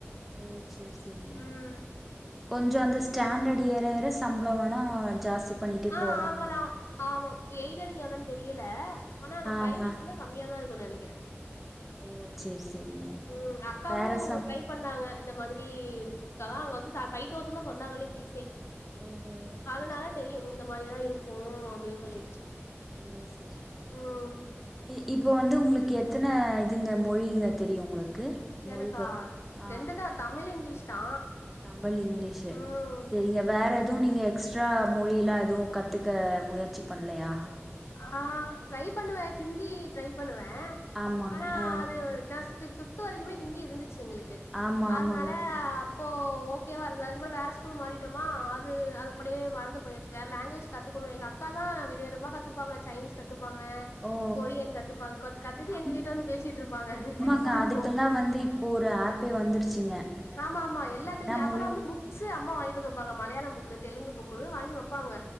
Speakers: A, in the centre; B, on the left (about 70°).
A: ஓ சேர் சேரிங்க
B: ம்
A: கொஞ்சோ அந்த ஸ்டாண்டர்ட்டு ஏற ஏற சம்பள வேணா ஜாஸ்தி பண்ணிட்டே
B: ஆ
A: போவாங்க
B: ஆகலா ஆமா எயிடடுக்கு எவ்ளோன்னு தெரியல ஆனா நா
A: ஆ
B: பிரைவேட்க்னா
A: ஆ
B: கம்மியா தா இருக்குனு நெனைக்கிறே
A: ஓ சேரி சேரிங்க
B: ம் அக்காவு
A: வேற சம்
B: ஒரு ட்ரை சொன்னாங்க இந்த மாரி இதுக்கெலா வந்து ஃபைவ் தௌசண்ட் தா சொன்னாங்களே பீஸே
A: ஓஹோ
B: அதனால
A: சேரி சேரி
B: தெரியு இந்த மாரிதா இருக்கு அப்டின்னு சொல்லிட்டு
A: ஓ சேரி சேரிங்க
B: ம்
A: இப்ப வந்து உங்களுக்கு எத்தன இதுங்க மொழிங்க தெரியு உங்களுக்கு மொழிகள்
B: எனக்கா
A: ஆ
B: ரெண்டு தா தமிழ் இங்கிலீஷ் தா
A: தமிழ் இங்கிலீஷ
B: ம்
A: செரிங்க வேற எதுவு நீங்க எக்ஸ் ட்ரா மொழியிலா எதுவு கத்துக்க முயற்சி பண்ல்லையா
B: ஆ ட்ரை பண்ணுவே ஹிந்தி ட்ரை பண்ணுவே
A: ஆமாங்க
B: ஆனா
A: ஆ
B: அது ஜஸ் ஃபிப்து வரைக்குமே ஹிந்தி இருந்துச்சு எங்களுக்கு
A: ஆமா
B: அதனால
A: ஆமாங்க
B: அப் போ ஓகேவா இருந்தது அதுக்கப்றோ வேற ஸ்கூல் மாறிட்டோமா அது அது அப்டியே மறந்து போயிருச்சு வேற லாங்குவேஜ் கத்துகணு எங்க அக்கா தா வித விதமா கத்துபாங்க சைனீஸ் கத்துபாங்க
A: ஓ
B: கொரியன் கத்துப்பாங்க கோ கத்துட்டு
A: ஆமா
B: எங்க கிட்ட வந்து பேசிட்டு இருப்பாங்க
A: ஆமாங்க
B: சிரிப்பா இருக்கு
A: அதுக்கெல்லா வந்து இப்போ ஒரு ஆப்பே வந்துருச்சுங்க என்னன்
B: ஆமா ஆமா
A: நமக்கு
B: எல்லாத்துக்குமே
A: என்ன
B: அப்பலா
A: மொழி
B: வந்து புக் க்ஸ் அம்மா வாங்கிட்டு வந்து வெப்பாங்க மலையாளம் புக்கு தெலுங்கு புக்குனு வாங்கி வெப்பாங்க